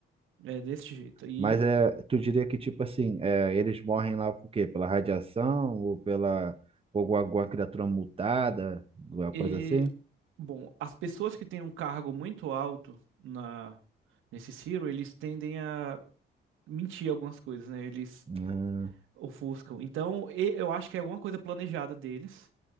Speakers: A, on the right; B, on the right.
A: É desse jeito. E,
B: Mas é, tu diria que, tipo assim, é, eles morrem lá por quê? Pela radiação ou pela por alguma, alguma criatura mutada, alguma coisa
A: e
B: assim?
A: bom, as pessoas que têm um cargo muito alto na, nesse Ciro, eles tendem a mentir algumas coisas, né? Eles
B: Ah,
A: ofuscam. Então, e- eu acho que é alguma coisa planejada deles.